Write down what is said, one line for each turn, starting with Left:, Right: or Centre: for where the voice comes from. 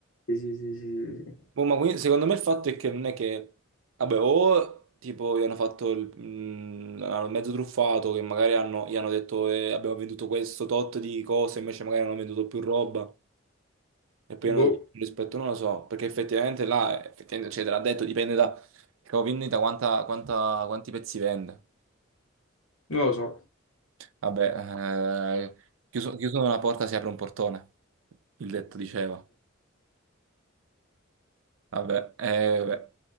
Left: Sì, sì, sì, sì, sì. sì.
Right: Boh, ma quindi, secondo me il fatto è che non è che... Vabbè, o tipo gli hanno fatto il mm, hanno mezzo truffato, che magari hanno- gli hanno detto eh, abbiamo venduto questo tot di cose, invece magari hanno venduto più roba. E poi
Left: Boh,
Right: hanno dato di più rispetto, non lo so, perché effettivamente là, effettivamente, cioè, te l'ha detto, dipende da vendita, quanta, quanta, quanti pezzi vende.
Left: non lo so.
Right: Vabbè, eh, chiuso, chiuso una porta si apre un portone, il detto diceva. Vabbè, eh, vabbè.